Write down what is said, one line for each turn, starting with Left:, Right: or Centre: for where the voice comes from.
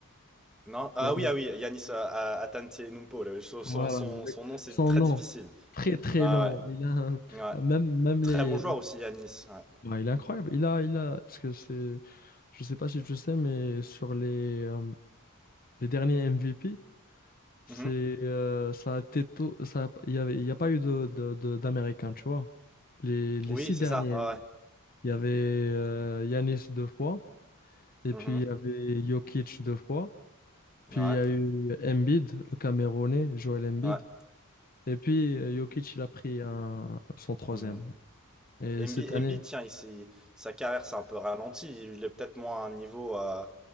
Centre: Non, ah
Left: Yanis,
Centre: oui, ah oui, Yanis euh, A- Antetokounmpo, le- son,
Left: voilà,
Centre: son, son,
Left: avec
Centre: son nom, c'est
Left: son
Centre: très
Left: nom,
Centre: difficile.
Left: très très
Centre: Ouais,
Left: long. Il a un-
Centre: ouais, ouais.
Left: même, même
Centre: Très
Left: les...
Centre: bon joueur aussi, Yanis, ouais.
Left: Ouais, il est incroyable. Il a, il a... Parce que c'est... Je sais pas si tu sais, mais sur les, euh, les derniers MVP, C'est,
Centre: Mhm.
Left: euh, ça a été tout, ça, a- il y avait, il y a pas eu de, de, de- d'Américains, tu vois. Les, les
Centre: Oui,
Left: six
Centre: c'est
Left: derniers,
Centre: ça. Ouais,
Left: il y avait euh, Yanis deux fois, et
Centre: ouais.
Left: puis
Centre: Mhm.
Left: il y avait Jokic deux fois, puis
Centre: Ouais,
Left: il y a eu Embiid, le Camerounais, Joel Embiid,
Centre: ouais.
Left: et puis euh, Jokic, il a pris un, son troisième.
Centre: Mhm.
Left: Et
Centre: Embi-
Left: cette année,
Centre: Embiid, tiens, il s'est- sa carrière s'est un peu ralentie. Il est peut-être moins à un niveau. euh,